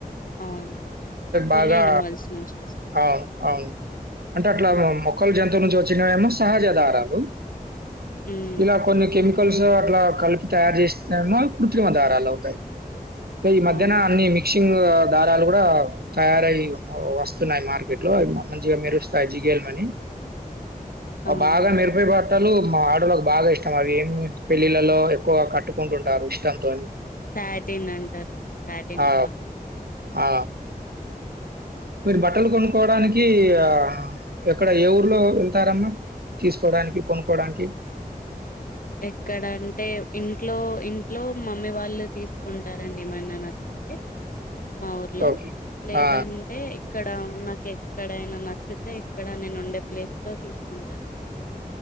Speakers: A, on the left; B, on the right.
A: అవునండి కొన్ని
B: బాగా
A: అనిమల్స్ నుంచి వస్తాయి
B: అవును అవును అట్లా మొక్కలు జంతువు నుంచి వచ్చినేమో సహజధారాలు
A: ఉమ్,
B: ఇలా కొన్ని కేమికల్ కలుసు అట్లా కలిపి తయారు చేస్త మా కృత్రిమ దారాలు అవుతాయి ఈ మధ్యహ్న
A: అవునండి
B: అన్ని మిక్సింగ్ దారాలు కూడా తయారై వస్తున్నాయి మార్కెట్ లో మంచిగా మెరు సైజిగల్ మని
A: అవునండి
B: బాగా మెరుపయ పట్టాలు మా ఆడలోకి బాగా ఇష్టం అవి ఏమి పెళ్ళిళ్ళలో ఎక్కువగా కట్టుకుంటుంటారు ఇష్టంతోని
A: సాటిన్ అంటారండి సాటిన్
B: ఆ!
A: క్లాత్
B: ఆ మీరు బట్టలు కొనుక్కోవడానికి ఆ ఎక్కడ ఏ ఊర్లో వెళ్తారమ్మా తీసుకోడానికి కొనుక్కడానికి
A: ఎక్కడ అంటే ఇంట్లో ఇంట్లో మమ్మీ వాళ్ళు తీసుకుంటారండి ఏమనా నచ్చితే మా ఊర్లో
B: ఓకే.
A: లేదంటే
B: ఆ!
A: ఇక్కడ నాకు ఎక్కడైనా నచ్చితే ఇక్కడ నేను ఉండే ప్లేస్ లో తీసుకుంటానండి